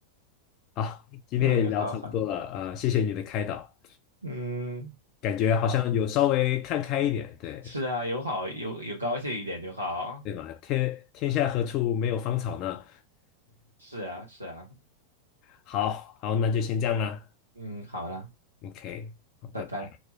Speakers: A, on the left (about 40°); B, on the right (about 85°).
A: 好，今天也聊差不多了啊，
B: 嗯，好好，
A: 呃谢谢你的开导，
B: 嗯，
A: 感觉好像有稍微看开一点，
B: 好，
A: 对
B: 是啊，有好有有高兴一点就好。
A: 对吧？天天下何处没有芳草呢？
B: 是啊，是啊，
A: 好好，那就先这样啦
B: 嗯，好啦，
A: ，OK，好，
B: 拜拜。
A: 拜拜。